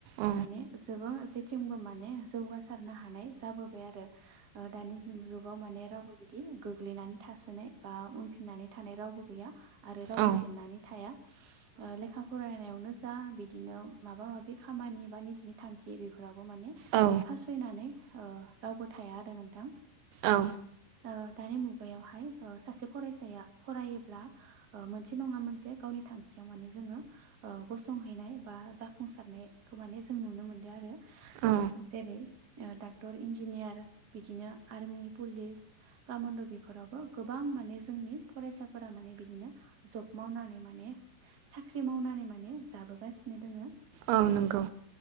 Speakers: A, on the right; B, on the right.
A: औ
B: माने जोबां जे थिंबो माने जौगासारनो हानाय जाबोबाय आरो ओ दानि जुगाव माने रावबो बिदि गोग्लैनानै थासोनाय बा उनफिननानै थानाय रावबो गैया। आरो रावबो
A: औ
B: जेननानै थाया ओ लेखा फरायनायावनो जा बिदिनो माबा माबि खामानि बा निजिनि थांखि बेफोरावबो माने
A: औ
B: फासयनानै ओ रावबो थाया आरो नोंथां।
A: औ।
B: ओ दानि मुगा यावहाय ओ सासे फरायसाया फरायोब्ला ओ मोनसे नङा मोनसे गावनि थांखि माने जो नोङो ओ गसंहैनाय बा जाफुंसारनाय खौ माने जों नुनो मोनदों आरो
A: औ
B: ओ जेरै डाक्टर इन्जिनियार बिदिनो आर्मि पुलिस कामान्ड' बिदि- फोरावबो गोबां माने जोंनि फरायसाफोरा माने बिदिनो जब मावनानै माने सा- ख्रि मावनानै माने जाबोगासिनो दोङो
A: औ नंगौ